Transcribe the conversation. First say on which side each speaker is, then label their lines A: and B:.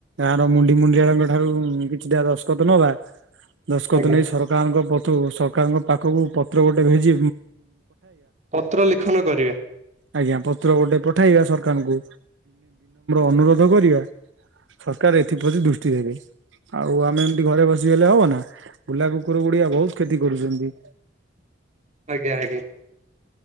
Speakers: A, on the right; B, on the right.
A: ମୁଣ୍ଡି ମୁଣ୍ଡିଆଡଙ୍କ ଠାରୁ କିଛିଟା ଦଶଖତ ନବା। ଦଶଖତ
B: ଆଜ୍ଞା
A: ନେଇ ସରକାରଙ୍କ ତ ସରକାରଙ୍କ ପାଖକୁ ପତ୍ର ଗୋଟେ ଭେଜି
B: ପତ୍ର ଲିଖନ କରିବା
A: ଆଜଞା ପତ୍ର ଗୋଟେ ପଠବା ସରକାରଙ୍କୁ ଅନୁରୋଧ କରିବା। ସର ଏଥିପ୍ରତି ଦୃଷ୍ଟି ଦେବେ ଆଉ ଆମେ ଏମତି ଘରେ ବସିଗଲେ ହବ ନା ବୁଲା କୁକୁର ଗୁଡିଆ ବହୁତ କ୍ଷତି କରୁଛନ୍ତି।
B: ଆଜ୍ଞା ଆଜ୍ଞା।